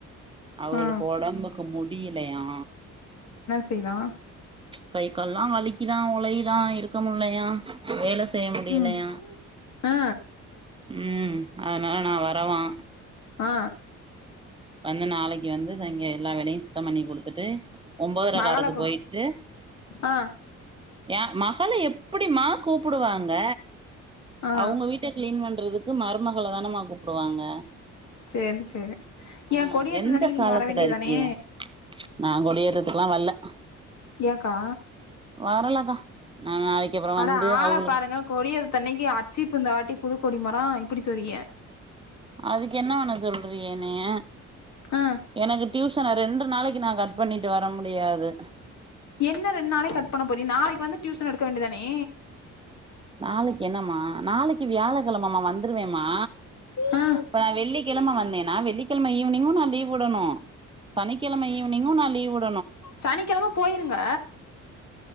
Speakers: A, on the right; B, on the left.
A: அவளுக்கு
B: ஆ
A: உடம்புக்கு முடியலையா
B: செய் தா
A: கை கால்லா வலிக்குதா ஒலைதா இருக்க முடிலையா வேல செய்ய முடியலையா
B: ம் ஆ
A: உம் அதனால நா வரவா
B: ஆ
A: வந்து நாளைக்கு வந்து சங்க எல்லா வேலையு சுத்த பண்ணி கொடு த்துட்டு ஒன்பதரக்கருக்கு
B: மகளக்கு
A: போயிட்டு
B: ஆ
A: ஏ மா தல எப்படிமா கூப்பிடுவாங்க
B: ஆ
A: அவங்க வீட்ட கிளீன் பண்றது க்கு மருமகள தானமா கூப்டுவாங்க
B: சேரி சேரி
A: ஆ
B: ஏ கொடியேத்ததன்னைக்கு
A: எந்த
B: நீங்க
A: காலத்துல
B: வர வேண்டியதானே
A: இருக்கிய நா கொடியேறதுக்கேல்லா வல்ல
B: ஏக்கா
A: வரலக்கா நா நாளைக்கு அப்றோ
B: அட
A: வந்து
B: ஆள
A: அவுங்களுக்கு
B: பாருங்க கொடியேத் அன்னைக்கு அச்சி இப்ப இந்த வாட்டி புதுக்கேடி மரம் இப்படி சொரியிய
A: அதுக்கு என்ன பண சொல்றிகா எனைய
B: ஆ
A: எனக்கு டியூசன ரெண்டு நாளைக்கு நான் கட் பண்ணிட்டு வர முடியாது
B: என்ன ரெண்டு நாளைக்கு கட் பண்ண போற நாளைக்கு வந்து டியூசன் எடுக்க வேண்டியதணே
A: நாளைக்கு என்னமா நாளைக்கு வியாழ கிழமமா வந்துருவேமா
B: ஆ
A: இப்ப வெள்ளிக்கிழமை வந்தேன்னா வெள்ளிக் கிழமை ஈவினிங்கு நா லீவ் விடனு சனிக்கிழமை ஈவினிங்கு நா லீவ் விட
B: சனிக்கிழமை போயிருங்க